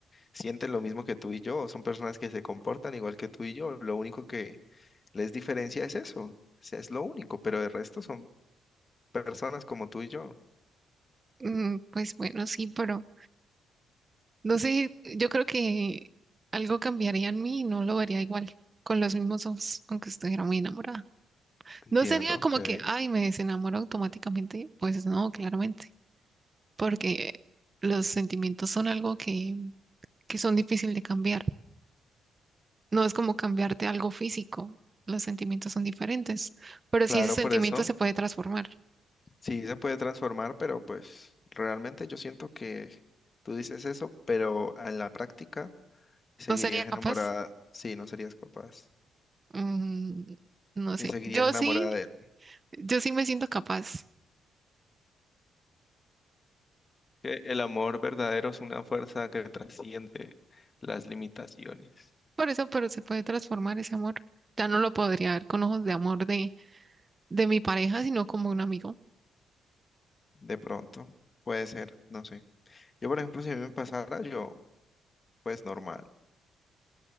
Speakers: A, on the left (about 30°); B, on the right (about 30°).
A: sienten lo mismo que tú y yo. Son personas que se comportan igual que tú y yo. Lo único que les diferencia es eso. O sea, es lo único, pero el resto son personas como tú y yo.
B: mm, Pues bueno, sí, pero no sé, yo creo que algo cambiaría en mí y no lo vería igual, con los mismos ojos, aunque estuviera muy enamorada.
A: Entiendo,
B: No sería
A: ok.
B: como que, ay, me desenamoro automáticamente. Pues no, claramente, porque los sentimientos son algo que, que son difícil de cambiar. No es como cambiarte algo físico. Los sentimientos son diferentes, pero
A: Claro,
B: si ese sentimiento
A: por eso.
B: se puede transformar,
A: Sí, se puede transformar, pero pues realmente yo siento que tú dices eso, pero en la práctica seguirías
B: ¿no sería capaz?
A: enamorada, sí, no serías capaz
B: Mm, no
A: y
B: sé.
A: seguirías
B: Yo
A: enamorada
B: sí,
A: de él.
B: yo sí me siento capaz.
A: Que el amor verdadero es una fuerza que trasciende las limitaciones.
B: Por eso, pero se puede transformar ese amor. Ya no lo podría ver con ojos de amor de, de mi pareja, sino como un amigo
A: De pronto, puede ser, no sé. Yo, por ejemplo, si a mí me pasara, yo, pues normal.